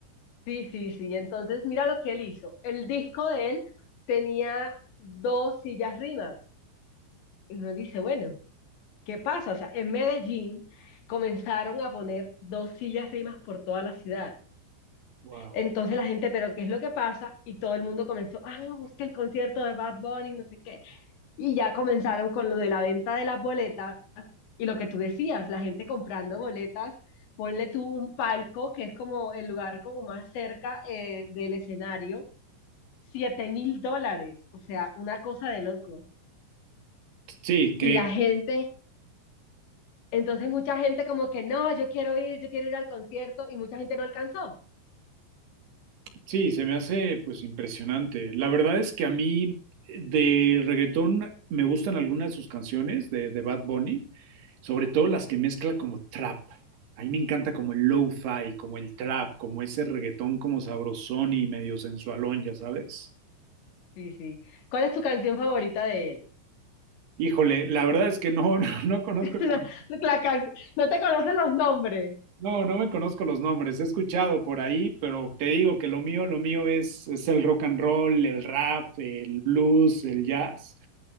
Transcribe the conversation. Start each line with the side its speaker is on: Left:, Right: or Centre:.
Left: Sí, sí, sí, entonces mira lo que él hizo. El disco de él tenía dos sillas rimas. Y uno dice, bueno, ¿qué pasa? O sea, en Medellín comenzaron a poner dos sillas rimas por toda la ciudad.
Right: Wow.
Left: Entonces la gente, pero ¿qué es lo que pasa? Y todo el mundo comenzó, ah, es que el concierto de Bad Bunny, no sé qué. Y ya comenzaron con lo de la venta de las boletas y lo que tú decías, la gente comprando boletas, ponle tú un palco, que es como el lugar como más cerca eh, del escenario, siete mil dólares, o sea, una cosa de locos.
Right: Sí, que,
Left: Y la gente, entonces mucha gente como que no, yo quiero ir, yo quiero ir al concierto y mucha gente no alcanzó.
Right: Sí, se me hace pues impresionante. La verdad es que a mí eh, de reggaetón me gustan algunas de sus canciones de, de Bad Bunny, sobre todo las que mezcla como trap. A mí me encanta como el lo-fi, como el trap, como ese reggaetón como sabrosón y medio sensualón, ya sabes.
Left: Sí, sí. ¿Cuál es tu canción favorita de él?
Right: Híjole, la verdad es que no, <laughs> no, no conozco
Left: <laughs>
Right: tan-
Left: La- la can- no te conocen los nombres.
Right: no, no me conozco los nombres. He escuchado por ahí, pero te digo que lo mío, lo mío es, es el rock and roll, el rap, el blues, el jazz.